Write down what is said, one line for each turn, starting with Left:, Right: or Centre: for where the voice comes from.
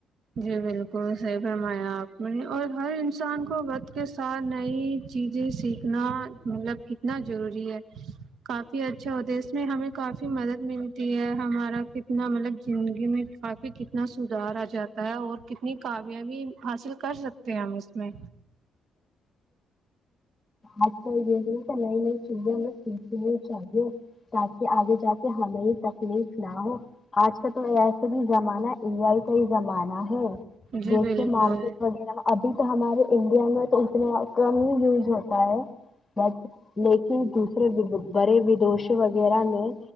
Right: جی بالکل صحیح فرمایا آپ نے اور ہر انسان کو وقت کے ساتھ نئی چیزیں سیکھنا مطلب کتنا ضروری ہے کافی اچھا ہوتا ہے اس میں ہمیں کافی مدد ملتی ہے ہمارا کتنا مطلب زندگی میں کافی کتنا سدھار آ جاتا اور کتنی کامیابی حاصل کر سکتے ہیں ہم اس میں
Left: آج ک ہی د نئی نئی چیزیں میں ج شاہی تاکہ آگے جا کے ہمیں یہ تکلیف نہ ہو آج کا تو ایسے بھی زمانہ ا آئی کا ہی زمانہ ہے
Right: جی
Left: جیسے
Right: بالکل
Left: مارکیٹ وغیرہ ابھی تو ہمارے انڈیا میں تو ک ہی یز ہوتا ہے ب لیکن دوسرے بڑے ودوش وغیرہ میں